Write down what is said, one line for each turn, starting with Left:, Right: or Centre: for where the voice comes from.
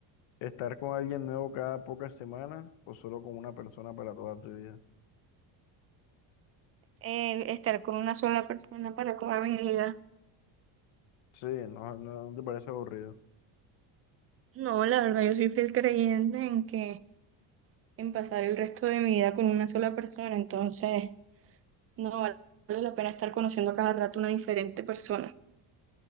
Left: ¿Estar con alguien nuevo cada pocas semanas o solo con una persona para toda tu vida?
Right: Eh, estar con una sola persona para toda mi vida.
Left: Sí, no, no, no te parece aburrido.
Right: No, la verdad, yo soy fiel creyente en que en pasar el resto de mi vida con una sola persona, entonces no vale la pena estar conociendo a cada rato una diferente persona.